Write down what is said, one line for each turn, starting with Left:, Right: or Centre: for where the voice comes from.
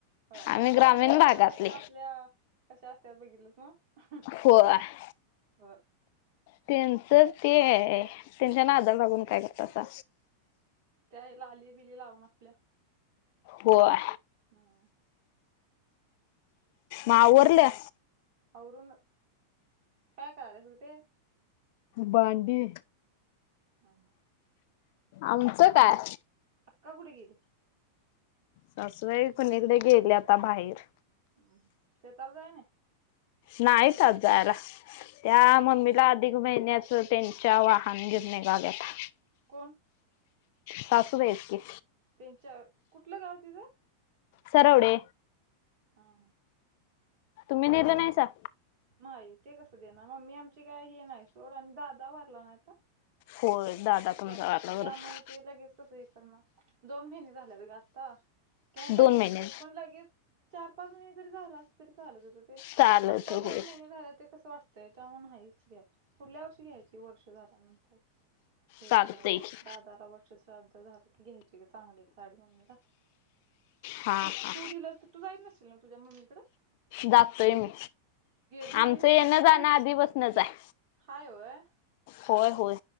Right: होय,
Left: आम्ही
Right: सिटी
Left: ग्रामीण
Right: लेवलच्या
Left: भागातली
Right: बायका आपल्या कशा असत्या बघितलंच नव्ह?
Left: होय
Right: होय.
Left: त्यांच ते त्यांच्या नादाला लागून काय कर तासा.
Right: काय लाली बिली लावून आपल्या
Left: होय.
Right: हम्म.
Left: मग आवरल्या?
Right: आवरून काय करायचं ते?
Left: भांडी,
Right: हम्म हम्म.
Left: आमचं काय?
Right: का? कुठे गेली?
Left: सासूबाई कुणीकडे गेली आता बाहेर.
Right: हां. शेताला जाय नाही.
Left: नाहीच आज जायला. त्या
Right: हम्म.
Left: मम्मीला अधिक महिन्याचं त्यांच्या वाहन गीन निघाल्यात्या.
Right: कोण?
Left: सासूबाई हायत की.
Right: त्यांच्या कुठलं गाव तिजं?
Left: सरवडे.
Right: हा.
Left: तुम्ही नेलं नाहीसा?
Right: नाही. ते कसं देणार? मम्मी आमची काय हे नाय सोड आणि दादा वारला नाही आता.
Left: होय. दादा तुमचा
Right: त्या
Left: वारला बरोबर
Right: त्यामुळं ते लगेच कसं ही करणार? दोन महिने झाल्यात गं आता. घ्याय पाहिजे
Left: दोन
Right: होती
Left: महिने
Right: सोड, पण लगेच चार पाच महिने जरी झालं असतं, तरी चालतच अस तं.
Left: चालत
Right: आता
Left: होय
Right: दोन महिने झाल्यात, ते कसं वाट <unintelligible> नाहीच काय. पुढल्या वर्षी घ्यायची, वर्ष झाल्यानंतर. <unintelligible>
Left: चालतंय
Right: दहा
Left: की
Right: वर् श्राद्ध झालं की, घ्यायची गं चांगली साडी मम्मीला.
Left: हा
Right: तू
Left: हा
Right: तू दिलंस, तर तू जाईत नसशील ना? तुझ्या मम्मीकडं?
Left: जातोय मी.
Right: दिलेलीस
Left: आमचं येणं
Right: की घेऊन
Left: जाणं
Right: घे
Left: आधीपसनच हाय.
Right: हाय व्हय?
Left: होय होय.